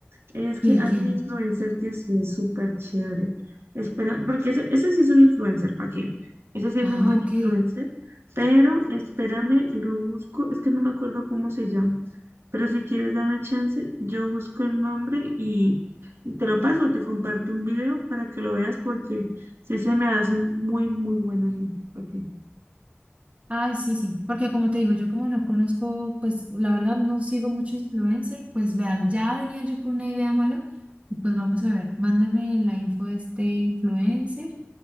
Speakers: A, on the right; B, on the right.
A: Es
B: ¿Quién,
A: que hay
B: quién?
A: un influencer que sí es súper chévere. Espera, porque ese, ese sí es un influencer, ¿para qué? Ese sí
B: Ah,
A: es un buen
B: ok.
A: influencer, pero espérame, lo busco, es que no me acuerdo cómo se llama. Pero si quieres, dame chance, yo busco el nombre y, y te lo paso, te comparto un video para que lo veas porque sí se me hacen muy, muy buena gente. Ok.
B: Ay, sí, sí, porque como te digo, yo como no conozco, pues la verdad no sigo mucho influencer, pues vean, ya venía yo con una idea mala y pues vamos a ver, mándame la info de este influencer